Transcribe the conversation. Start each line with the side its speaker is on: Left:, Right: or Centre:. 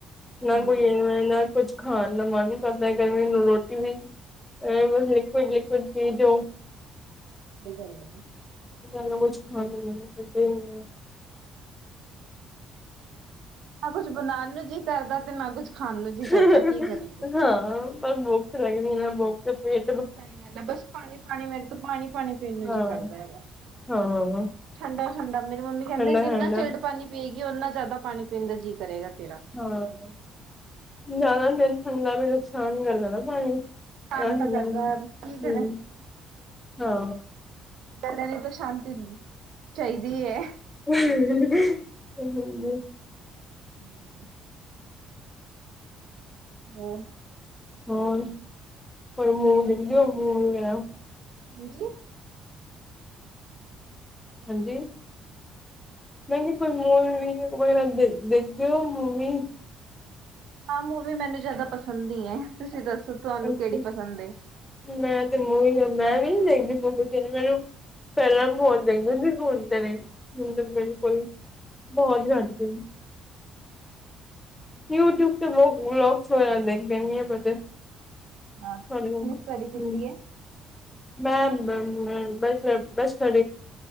Left: ਨਾ
Right: ਹਾਂਜੀ
Left: ਕੋਈ
Right: ਸਹੀ
Left: ਇਹਦਾ ਕੁੱਛ ਖਾਣ ਦਾ ਮਨ ਕਰਦਾ ਗਰਮੀ ਨੂੰ ਰੋਟੀ ਵੀ ਬ ਲਿਕ ਲਿਕੁਅਡ ਲਿਕੁਅਡ ਚੀਜ ਹੋ।
Right: ਕੀ ਚੱਲਦਾ?
Left: ਜ਼ਿਆਦਾ ਕੁੱਛ ਖਾਣ ਨੂੰ ਮਨ ਕਰਦੇ ਹਨ ਨਹੀ ਹੈ।
Right: ਨਾ ਕੁਛ ਬਣਾਉਣ ਨੂੰ ਜੀ ਕਰਦਾ ਤੇ ਨਾ ਕੁੱਛ ਖਾਣ ਨੂੰ ਜੀ ਕਰਦਾ
Left: ਹਾਂ
Right: ਕੀ ਕਰੀਏ।
Left: ਪਰ ਬੁੱਖ ਲੱਗਦੀ ਨਾ ਬੁੱਖ ਤੇ ਪੇ
Right: ਸਹੀ ਗੱਲ ਹੈ ਬਸ ਪਾਣੀ- ਪਾਣੀ ਮੇਰੇ ਤੋਂ ਪਾਣੀ- ਪਾਣੀ ਪੀਣ ਨੂੰ
Left: ਹਾਂ
Right: ਜੀ ਕਰਦਾ ਹੈ ਬਸ
Left: ਹਾਂ
Right: ਠੰਡਾ- ਠੰਡਾ ਮੇਰੀ ਮੰਮੀ
Left: ਠੰਡਾ
Right: ਕਹਿੰਦੇ
Left: ਠੰਡਾ
Right: ਜਿੰਨਾ
Left: ਹਾਂ
Right: ਚਿਲਡ ਪਾਣੀ ਪੀਏਗੀ ਉਨਾ ਜ਼ਿਆਦਾ ਪਾਣੀ ਪੀਣ ਦਾ ਜੀਅ ਕਰੇਗਾ ਤੇਰਾ
Left: ਹਾਂ। ਜ਼ਿਆਦਾ ਦਿਨ ਠੰਡਾ ਵੀ ਨੁਕਸਾਨ ਕਰਦਾ ਨਾ ਪਾਣੀ ਹੂੰ
Right: ਸ਼ਾਨ ਤਾਂ ਕਰਦਾ ਹੈ ਕੀ ਕਰੇ
Left: ਹੂੰ ਹਾਂ।
Right: ਪਹਿਲਾ ਵਿਚੋਂ ਸ਼ਾਂਤੀ ਚਾਹੀਦੀ ਹੈ।
Left: ਸਹੀ ਕਹਿੰਦੇ।
Right: <inaudible> <unintelligible>
Left: ਹੂੰ, ਕੋਈ ਮੁਵੀ ਦੇਖਦੇ ਹੁੰਦੇ ਓ।
Right: ਹਨ ਜੀ।
Left: ਹਨ ਜੀ ਮੈਂ ਕਿਹਾ ਤੁਸੀਂ ਮੂਵੀ ਵਗੈਰਾ ਦੇਖਦੇਓ ਨੀ?
Right: ਹਾਂ ਮੂਵੀ ਮੈਨੂੰ ਜ਼ਿਆਦਾ ਪਸੰਦ ਨ ਹੈ। ਤੁਸੀਂ ਦੱਸੋ ਤੁਹਾਨੂੰ
Left: ਅੱਛਾ
Right: ਕਿਹੜੀ ਪਸੰਦ ਏ।
Left: ਮੈਂ ਤੇ ਮੂਵੀ, ਮੈਂ ਵੀ ਨ ਦੇਖਦੀ ਮੂਵੀ ਤੇ ਮੈਨੂੰ ਪਹਿਲਾਂ ਬਹੁਤ ਦੇਖਦੀ ਹੁੰਦੀ ਸੀ। ਹੁਣ ਤਾਂ ਨਹੀਂ ਦੇਖਦੀ, ਤਾਂ ਬਿਲਕੁਲ ਬਹੁਤ ਘੱਟ ਯੂਟਿਊਬ ਤੇ ਵਲੋਗਸ ਵਗੈਰਾ ਦੇਖ ਲਣੀ ਹੈ। ਹਲੇ
Right: ਹਾਂ ਤੁਸੀਂ
Left: ਪਰ ਹੁਣ
Right: ਕਿਵੇਂ ਸਟੱਡੀ ਕੀਤੀ
Left: ਹੂੰ।
Right: ਹੈ?
Left: ਮੈਂ ਬਸ -